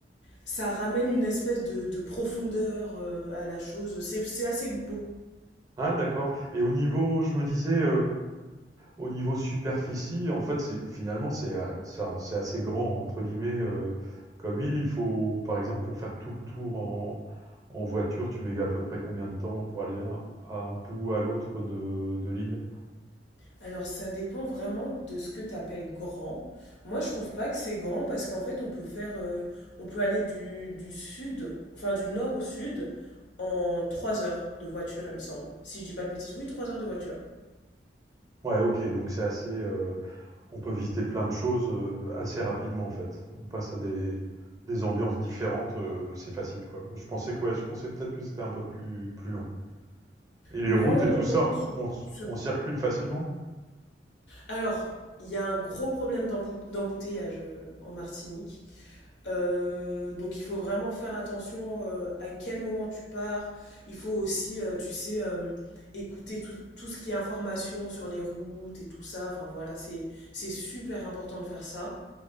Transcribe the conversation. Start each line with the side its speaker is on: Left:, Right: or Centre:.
Left: ça ramène une espèce de, de profondeur euh, à la chose. C'est, c'est assez beau.
Right: Ah d'accord et au niveau je me disais, Au niveau superficie, en fait, c'est finalement, c'est a c'est un c'est assez grand entre guillemets, heu, comme île. Il faut par exemple, pour faire tout le tour en en voiture, tu mets à peu près combien de temps pour aller à à un bout à l'autre de de l'île?
Left: Alors ça dépend vraiment de ce que tu appelles grand. Moi, je trouve pas que c'est grand parce qu'en fait, on peut faire, euh, on peut aller du, du sud, enfin du nord au sud en trois heures de voiture, il me semble. Si je dis pas de bêtises, oui, trois heures de voiture.
Right: Ouais, OK, donc c'est assez, heu, on peut visiter plein de choses, heu, assez rapidement en fait. On passe à des des ambiances différentes, heu, c'est facile quoi. Je pensais que ouais, je pensais peut-être que c'était un peu plus plus long. Et les
Left: Non,
Right: routes et
Left: non,
Right: tout
Left: non,
Right: ça,
Left: ce,
Right: on
Left: ce
Right: on circule facilement?
Left: Alors, il y a un gros problème d'empou- d'embouteillage euh, en Martinique. Euh, donc il faut vraiment faire attention euh, à quel moment tu pars. Il faut aussi, euh, tu sais, euh, écouter tout, tout ce qui est information sur les routes et tout ça. Enfin voilà, c'est, c'est super important de faire ça.